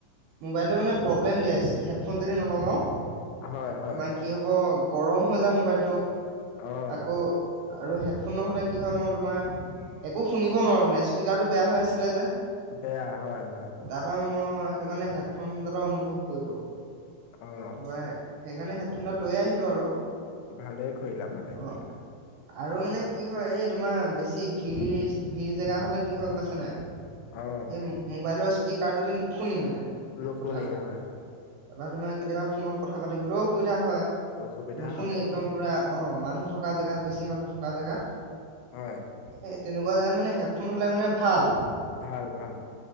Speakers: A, on the right (about 75°); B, on the left (about 80°).
A: মোবাইলটো মানে প্ৰব্লেম দিয়া হৈছে হেডফোন যদি নলগাওঁ,
B: হয় হয়
A: তোমাৰ কি হব গৰম হৈ যায় মোবাইলটো।
B: অঁ।
A: আকৌ আৰু হেডফোন নহ'লে কি হয় মই তোমাৰ একো শুনিব নোৱাৰোঁ মানে স্পীকাৰটো বেয়া হৈ আছিলে যে।
B: বেয়া হয় হয়।
A: তাৰপৰা মই সেইটো কাৰণে হেডফোনডালৰ অনুভৱ কৰিলো
B: অ',
A: তাৰপা সেইকাৰণে, হে ফোনদাল লৈ আহিলোঁ আৰু।
B: ভালে কৰিলা ভালে
A: অ
B: কৰিলা।
A: আৰু মানে কি হয় এই তোমাৰ বেছি ভিৰ ভিৰ জেগা হলে কি হয় গমপাইছা নাই?
B: অ',
A: এই মোবাইলৰ স্পীকাৰটোদি নুশুনি মানে,
B: নুশুনি
A: কথাবিলাক
B: হয়।
A: তোমাৰ কেতিয়াবা ফোনত কথা পাতিবলৈও অসুবিধা হয়।
B: অসুবিধা
A: নুশুনি
B: হয়।
A: একদম পুৰা অ, মানুহ থকা জেগাত বেছি মানুহ থকা জেগাত
B: হয়।
A: এ তেনেকুৱা জোগাত মানে হেডফোন হ'লে মানে ভাল।
B: ভাল ভাল।